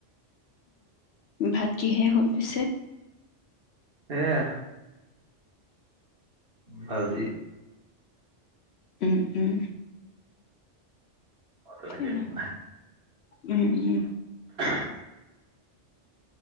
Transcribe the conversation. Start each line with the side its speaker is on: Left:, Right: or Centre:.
Left: ভাত কিহে হ'ল পিছে
Right: এয়া ভাজি
Left: উম উম
Right: আ তেনে
Left: সেয়া
Right: ক নে
Left: উম উম
Right: <inaudible>